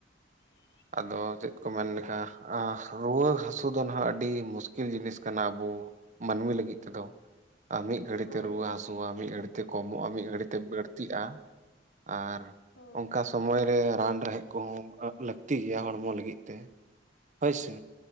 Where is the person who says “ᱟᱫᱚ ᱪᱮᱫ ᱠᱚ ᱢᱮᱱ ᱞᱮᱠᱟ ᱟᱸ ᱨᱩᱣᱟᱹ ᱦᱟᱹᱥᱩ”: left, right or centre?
Right